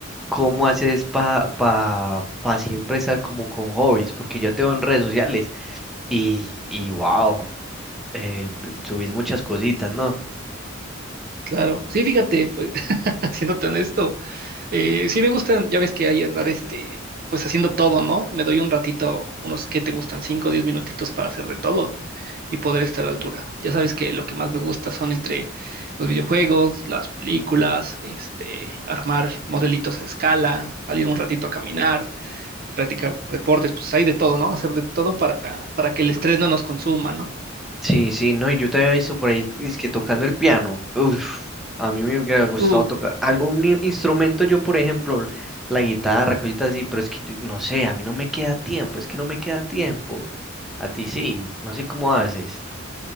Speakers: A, in the centre; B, on the right.
A: ¿cómo haces para pa, pa pa siempre estar como con hobbies? Porque yo te veo en redes sociales y, y wow, eh, subís muchas cositas, ¿no?
B: claro. Sí, fíjate, pues, <laughs> haciéndote honesto, eh, sí me gustan, ya ves que hay andar, este, pues haciendo todo, ¿no? Me doy un ratito, unos que te gustan, cinco o diez minutitos para hacer de todo y poder estar a la altura. Ya sabes que lo que más me gusta son entre los videojuegos, las películas, este, armar modelitos a escala, salir un ratito a caminar practicar deportes, pues hay de todo, ¿no? Hacer de todo para, para que el estrés no nos consuma, ¿no?
A: Sí, sí, no, y yo te había visto por ahí, es que tocando el piano. Uf, a mí me hubiera gustado
B: Uh,
A: tocar algún i- instrumento, yo por ejemplo, la guitarra, cositas así, pero es que yo- no sé, a mí no me queda tiempo, es que no me queda tiempo. A ti sí, no sé cómo haces.